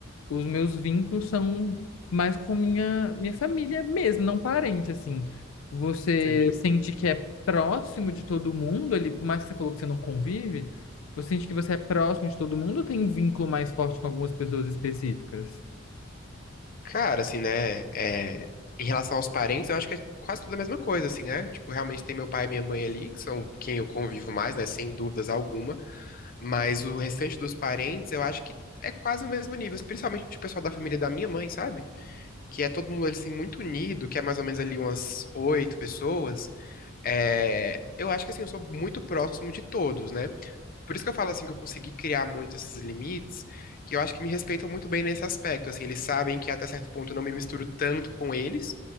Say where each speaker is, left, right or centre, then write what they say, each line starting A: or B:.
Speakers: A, on the left; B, on the left.
A: os meus vínculos são mais com minha, minha família mesmo, não parente, assim. Você
B: Entendi.
A: sente que é próximo de todo mundo ali, por mais que você falou que você não convive, você sente que você é próximo de todo mundo ou tem vínculo mais forte com algumas pessoas específicas?
B: Cara, assim, né? É, em relação aos parentes, eu acho que é quase tudo a mesma coisa, assim, né? Tipo, realmente tem meu pai e minha mãe ali, que são quem eu convivo mais, né? Sem dúvidas alguma. Mas o restante dos parentes, eu acho que é quase o mesmo nível, principalmente o pessoal da família da minha mãe, sabe? Que é todo mundo assim muito unido, que é mais ou menos ali umas oito pessoas. É, Eu acho que assim, eu sou muito próximo de todos, né? Por isso que eu falo assim que eu consegui criar muito esses limites, que eu acho que me respeitam muito bem nesse aspecto, assim, eles sabem que até certo ponto eu não me misturo tanto com eles,